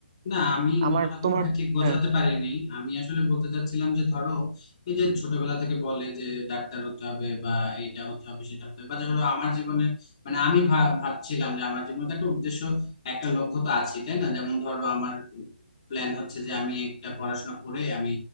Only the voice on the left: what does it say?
না আমি
মনে হয় তোমাকে
ঠিক বোঝাতে
পারিনি আমি আসলে বলতে চাচ্ছিলাম যে ধরো এই যে ছোটবেলা থেকে বলে যে ডাক্তার হতে হবে বা এইটা হতে হবে সেটা হতে হবে বা ধরো আমার জীবনে মানে আমি ভাব- ভাবছিলাম যে আমার জীবনে তো একটা উদ্দেশ্য একটা লক্ষ্য তো আছে তাই না যেমন ধরো আমার প্ল্যান হচ্ছে যে আমি একটা পড়াশোনা করে আমি